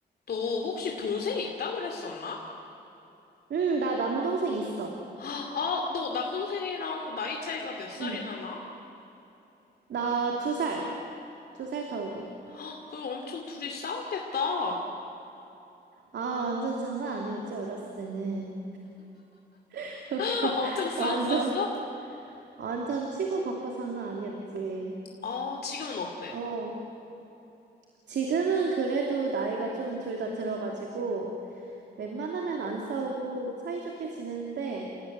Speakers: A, on the left; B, on the right.
A: 너 혹시 동생이 있다 그랬었나?
B: 응, 나 남동생 있어.
A: 아, 아, 너 남동생이랑 나이 차이가 몇 살이나
B: 응,
A: 나?
B: 나 두 살, 두 살 터울이야.
A: 아, 그럼 엄청 둘이 싸웠겠다.
B: 아, 완전 장난 아니었지, 어렸을 때는. <laughs>
A: <laughs> 엄청 싸웠었어?
B: 완전, 완전 치고받고 장난 아니었지.
A: 어, 지금은 어때?
B: 어, 지금은 그래도 나이가 좀 둘 다 들어가지고, 웬만하면 안 싸우고 사이좋게 지내는데,